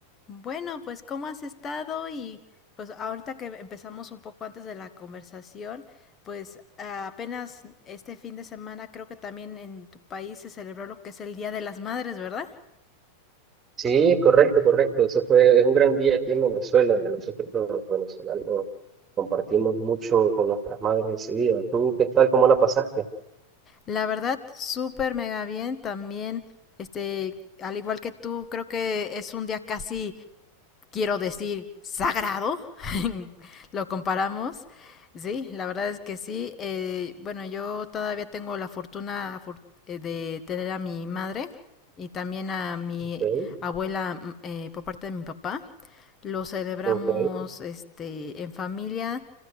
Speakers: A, on the left (about 25°); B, on the right (about 20°).
A: Bueno, pues ¿cómo has estado? Y pues ahorita que empezamos un poco antes de la conversación, pues ah, apenas este fin de semana creo que también en tu país se celebró lo que es el Día de las Madres, ¿verdad?
B: Sí, correcto, correcto. Eso fue, es un gran día aquí en Venezuela. Nosotros los venezolanos compartimos mucho con nuestras madres ese día. ¿Tú qué tal? ¿Cómo la pasaste?
A: La verdad, súper mega bien. También, este, al igual que tú, creo que es un día casi quiero decir, sagrado, <laughs> lo comparamos. Sí, la verdad es que sí. Eh, bueno, yo todavía tengo la fortuna eh, de tener a mi madre y también a mi
B: Ok,
A: abuela mm, eh, por parte de mi papá. Lo celebramos
B: ok,
A: este, en familia.